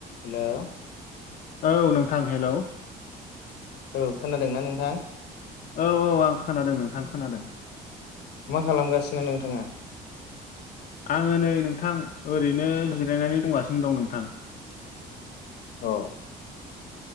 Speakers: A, on the left (about 80°); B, on the left (about 55°).
A: हेल'
B: औ नोंथां हेल'
A: औ खोनादों ना नोंथां
B: औ औ आं खोनादों नोंथां खोनादों
A: मा खालामगासिनो नोंथाङा?
B: आङो नै नोंथां ओरैनो जिरायनानै दंगासिनो दं नोंथां।
A: औ